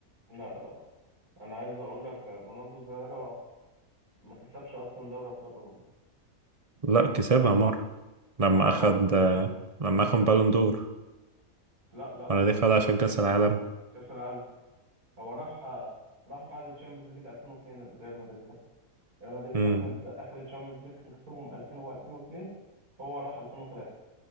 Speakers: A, on the right (about 85°); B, on the right (about 25°).
A: لا لا أنا عايز أقول لك آه، رونالدو الظاهرة ما كسبش أصلا دوري أبطال أوروبا
B: لا كسبها مرة لما
A: لا خالص
B: أخد لما أخد بالون دور
A: لا لا
B: ولا
A: ما كسبش
B: دي خد عشان كأس العالم
A: كاس العالم هو راح راح بعد تشامبيونز ليج 2002 ريال مدريد كسب ريال مدريد
B: امم
A: اخد اخر تشامبيونز ليج كان كسبهم 2000 و2002 هو راح 2003